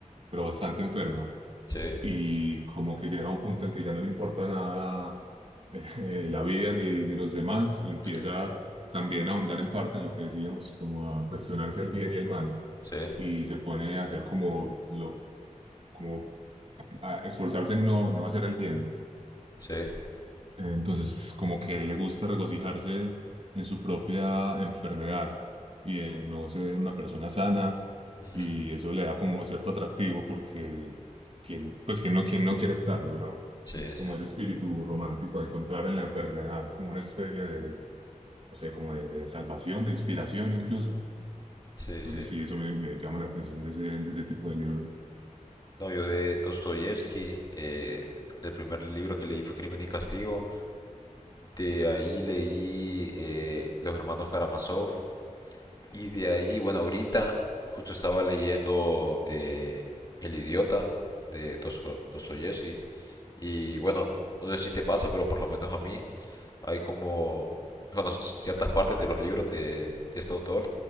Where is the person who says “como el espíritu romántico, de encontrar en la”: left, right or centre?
Right